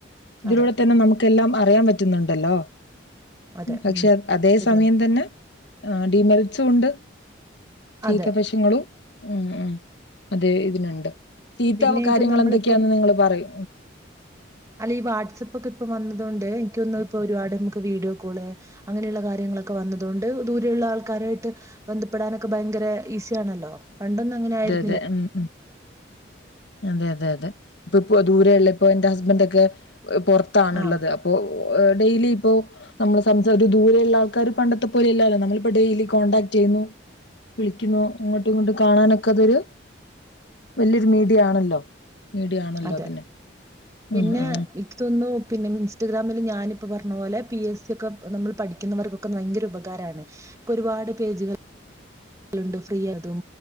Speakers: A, on the left (about 60°); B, on the right (about 15°).
A: ഇതിലൂടെ
B: അതെ
A: തന്നെ നമുക്കെല്ലാം അറിയാൻ പറ്റുന്നുണ്ടല്ലോ
B: അതെ
A: പക്ഷെ
B: ഉം
A: അതേ
B: ശരിയാണ്
A: സമയം തന്നെ ആഹ് ഡീമെറിറ്റ്സും ഉണ്ട് ചീത്ത
B: അതെ
A: വശങ്ങളും ഉം ഉം അതെ ഇതിനുണ്ട് ചീത്ത
B: പിന്നെ എനിക്കും
A: കാര്യങ്ങൾ
B: നമ്മളിപ്പോ
A: എന്തേക്കെയാന്ന് നിങ്ങള് പറ യ്
B: അല്ല ഈ വാട്സപ്പൊക്കെ പ്പൊ വന്നത് കൊണ്ട് ഇൻക്ക് തോന്നുന്നു ഇപ്പൊ ഒരുപാട് നമുക്ക് വീഡിയോ കോള് അങ്ങനെയുള്ള കാര്യങ്ങളൊക്കെ വന്നത് കൊണ്ട് ദൂരെയുള്ള ആൾക്കാരായിട്ട് ബന്ധപ്പെടാനൊക്കെ ഭയങ്കര ഈസിയാണല്ലോ പണ്ടൊന്നും അങ്ങനെ ആയിര്
A: തെ ഉം അതെ അതെ അതെ പ്പ പ്പൊ ദൂരെ ഉള്ള ഇപ്പോ ഇന്റെ ഹസ്‌ബന്റൊക്കെ പൊർത്താണ്ള്ളത്
B: ആ
A: പ്പൊ ഡെയിലി ഇപ്പോ നമ്മള് സംസാ ദൂരയുള്ള ആൾക്കാര് പണ്ടത്തെ പോലെയല്ലല്ലോ നമ്മള് ഇപ്പൊ ഡെയിലി കോണ്ടാക്ട് ചെയ്യുന്നു വിളിക്കുന്നു അങ്ങോട്ടുഇങ്ങോട്ട് കാണാനൊക്കെ തൊരു വല്ല്യരു മീഡിയ ആണല്ലോ മീഡിയ ആണല്ലോ
B: അതെ
A: പിന്നെ ആ
B: പിന്നെ
A: ആ
B: എനിക്ക് തോന്നുന്നു പിന്നെ ഇൻസ്റ്റഗ്രാമില് ഞാനിപ്പ പർഞ്ഞ പോലെ പി എസ് സി ഒക്കെ നമ്മള് പഠിക്കുന്നവർക്കൊക്കെ ഭയങ്കര ഉപകാരാണ് ക്കൊ ഒരുപാട് പേജുകൾ ണ്ട് ഫ്രീ അതും